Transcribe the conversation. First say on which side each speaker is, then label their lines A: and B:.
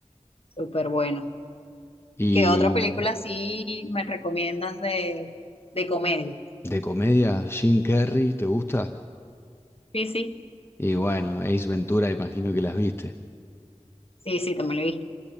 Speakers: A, on the left; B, on the left.
A: súper buena.
B: Y
A: ¿Qué otra
B: mm,
A: película sí me recomiendas de, de comedia?
B: de comedia, Jim Carrey, ¿te gusta?
A: Sí, sí,
B: Y bueno, Ace Ventura, imagino que las viste.
A: sí, sí, también lo he visto.